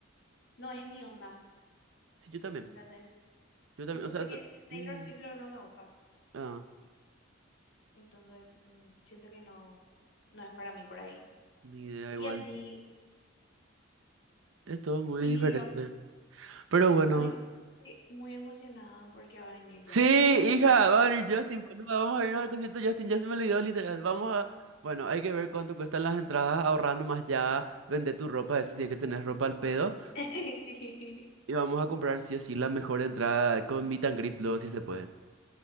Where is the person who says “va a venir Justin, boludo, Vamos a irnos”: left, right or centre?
Right